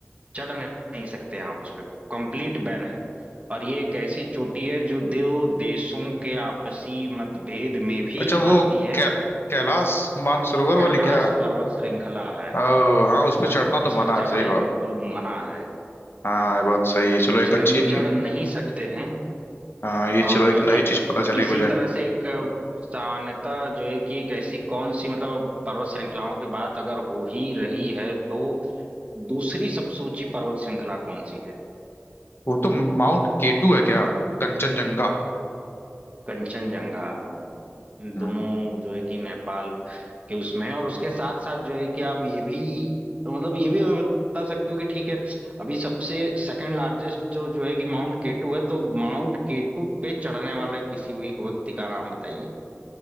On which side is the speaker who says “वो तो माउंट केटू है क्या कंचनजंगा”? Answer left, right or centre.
Left